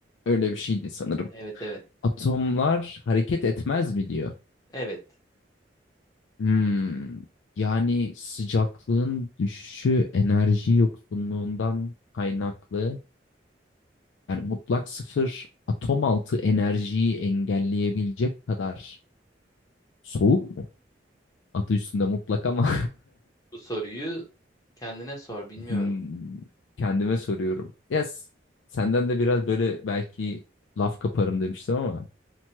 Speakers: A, on the left; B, on the left.
A: Öyle bir şeydi sanırım.
B: Evet evet.
A: Atomlar hareket etmez mi diyor.
B: Evet.
A: Hmm, Yani sıcaklığın düşüşü enerji yoksunluğundan kaynaklı. Yani mutlak sıfır atom altı enerjiyi engelleyebilecek kadar soğuk mu? Adı üstünde mutlak ama
B: Bu soruyu kendine sor
A: <laughs>
B: bilmiyorum.
A: hmm, kendime soruyorum. Yes, senden de biraz böyle belki laf kaparım demiştim ama